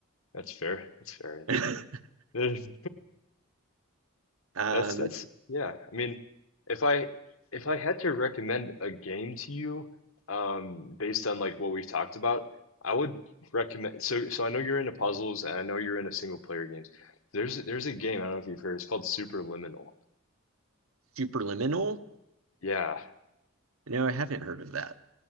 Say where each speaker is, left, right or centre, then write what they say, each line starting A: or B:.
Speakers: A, on the left; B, on the right.
A: That's fair. That's fair.
B: <laughs>
A: <laughs> That's
B: Um,
A: that's yeah. I mean, if I if I had to recommend a game to you, um, based on like what we've talked about, I would recommend. So so I know you're into puzzles, and I know you're into single player games. There's a- there's a game I don't know if you've heard. It's called Superliminal.
B: Superliminal?
A: Yeah.
B: No, I haven't heard of that.